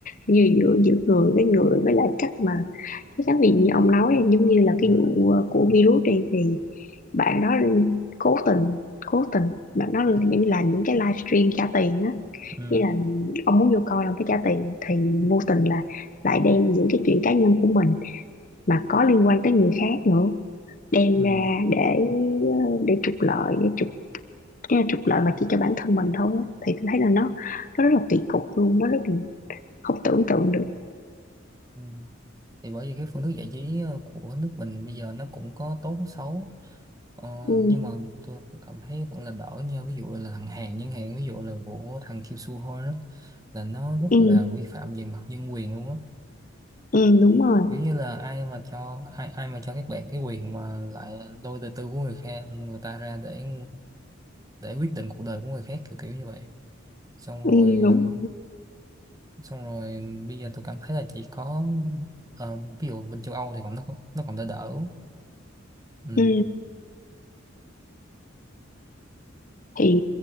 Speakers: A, on the left (about 40°); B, on the right (about 20°).
A: như giữa giữa người với người với lại cách mà Thế các vị như ông nói em giống như là cái
B: ừ,
A: vụ ờ, của virus này thì bạn đó cố tình cố tình bạn đó những làm những cái livestream trả tiền á
B: ừ,
A: như là ông muốn vô coi ông phải trả tiền thì vô tình là lại đem những cái chuyện cá nhân của mình mà có liên quan tới người khác nữa đem
B: ừ,
A: ra để ờ, để trục lợi để trục tức là trục lợi mà chỉ cho bản thân mình thôi á. thì tôi thấy là nó nó rất là kỳ cục luôn nó rất là không tưởng tượng được
B: ừ. thì bởi vì cái phương thức giải trí ờ, của nước mình bây giờ nó cũng có tốt xấu Ờ,
A: ừ,
B: nhưng mà tôi cũng cảm thấy vẫn là đỡ nha ví dụ là thằng Hàn chẳng hạn ví dụ là vụ thằng Kiều Su thôi đó là nó rất
A: ừ,
B: là vi phạm về mặt nhân quyền luôn á
A: ừ đúng rồi
B: kiểu như là ai mà cho ai ai mà cho các bạn cái quyền mà lại lôi đời tư của người khác người ta ra để để quyết định cuộc đời của người khác kiểu kiểu như vậy xong
A: ừ,
B: rồi
A: đúng
B: ờ, xong rồi bây giờ tôi cảm thấy là chỉ có ờ, ví dụ bên châu Âu thì còn nó còn- nó còn đỡ đỡ ừ
A: Ừ. Thì